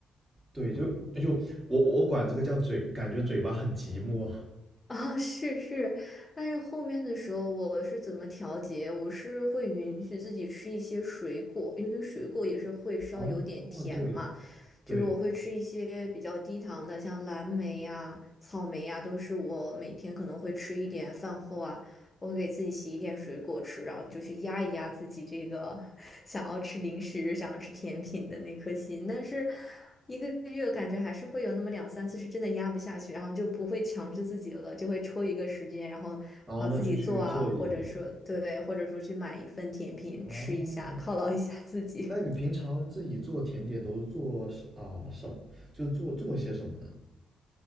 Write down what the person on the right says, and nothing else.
对，就就我我管这个叫嘴，感觉嘴巴很寂寞。
<laughs> 哦，对对，
然后呢就去做一点。
哦，
那你平常自己做甜点都是做什啊、什么？就做做些什么呢？